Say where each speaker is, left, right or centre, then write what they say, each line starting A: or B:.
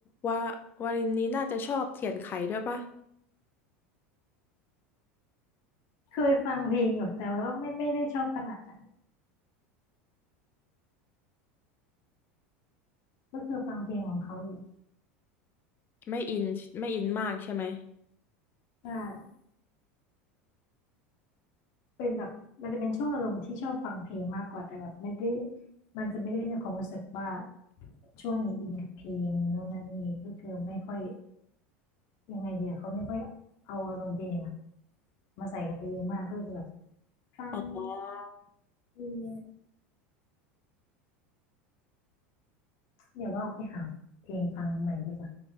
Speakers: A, on the left; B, on the left.
A: ว่าวารินนี้น่าจะชอบเทียนไขด้วยปะ
B: เคยฟังเพลงอยู่แต่ว่าไม่ไม่ได้ชอบขนาดนั้นก็คือฟังเพลงของเขาอยู่
A: ไม่อินไม่อินมากใช่ไหม
B: ใช่เป็นแบบมันจะเป็นช่วงอารมณ์ที่ชอบฟังเพลงมากกว่าแต่แบบไม่ได้มันจะไม่ได้มีความรู้สึกว่าช่วงนี้อินกับเพลงโน่นนั่นนี่ก็คือไม่ค่อยยังไงเดียวเขาไม่ค่อยเอาอารมณ์เพลงอะ มาใส่กับเพลงมากก็เลยจะแบบฟัง
A: อ๋อ
B: เออเดี๋ยวว่าไปหาเพลงฟังใหม่ดีกว่า